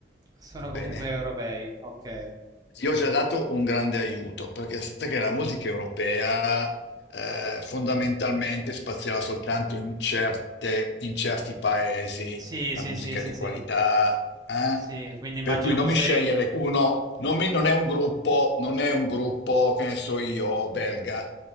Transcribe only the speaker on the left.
va
bene?
Io ho già dato un grande aiuto, perché sai che la musica europea eh, fondamentalmente spaziava soltanto in certe- in certi paesi,
la
musica
di
qualità, eh?
Per cui non
mi scegliere uno, non, mi- non è un gruppo, non è un gruppo, che ne so io, belga